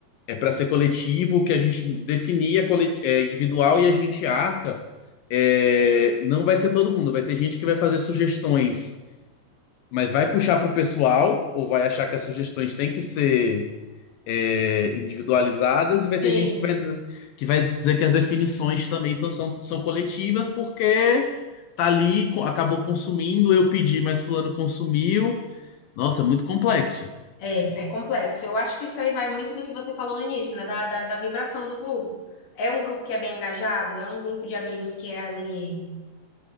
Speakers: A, on the left; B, on the left.
A: é para ser coletivo, o que a gente definir é, colet- é individual e a gente arca, é, não vai ser todo mundo. Vai ter gente que vai fazer sugestões, mas vai puxar pro pessoal, ou vai achar que as sugestões têm que ser é, individualizadas e vai
B: Sim.
A: ter gente que vai dizer que, vai dizer que as definições também tão- são, são coletivas porque tá ali, co- acabou consumindo, eu pedi, mas fulano consumiu. Nossa, é muito complexo.
B: É, É complexo. Eu acho que isso aí vai muito do que você falou no início, né? Da, da, da vibração do grupo. É um grupo que é bem engajado? É um grupo de amigos que é ali.